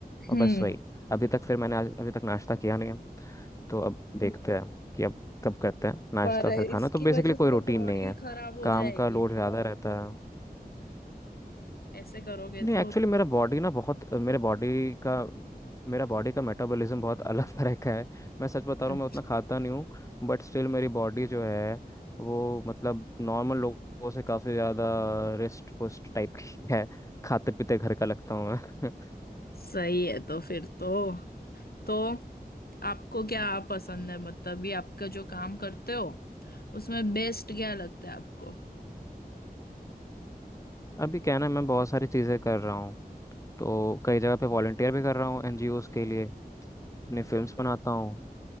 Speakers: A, on the left (about 20°); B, on the left (about 70°).
A: और
B: हम्म
A: बस वही अभी तक फिर मैंने आज अभी तक नाश्ता किया नहीं है तो अब देखते हैं कि अब कब करते हैं नाश्ता
B: पर
A: फिर
B: इसकी
A: खाना तो बेसिकली
B: वजह
A: कोई
B: से
A: रूटीन
B: तो बॉडी
A: नहीं है
B: खराब हो
A: काम
B: जाएगी
A: का लोड
B: ना
A: ज़्यादा हाँ रहता है
B: ऐसे करोगे
A: नहीं
B: तो
A: एक्चुअली
B: तो
A: मेरा बॉडी ना बहुत मेरे बॉडी का मेरा बॉडी का मेटाबॉलिज्म बहुत <laughs> अलग तरह का है मैं सच बता
B: अच्छा
A: रहा हूँ मैं उतना खाता नहीं हूँ बट स्टिल मेरी बॉडी जो है वो मतलब नॉर्मल लोगों से काफ़ी ज़्यादा रिस्ट पुस्ट टाइप की <laughs> है खाते पीते घर का लगता हूँ मैं
B: सही है तो फिर तो तो आपको क्या पसंद है मतलब ये आपका जो काम करते हो उसमें बेस्ट क्या लगता है आपको
A: <laughs> अभी क्या है ना मैं बहुत सारी चीज़ें कर रहा हूँ तो कई जगह पे वॉलंटियर भी कर रहा हूँ एनजीओज के लिए अपनी फिल्म्स बनाता हूँ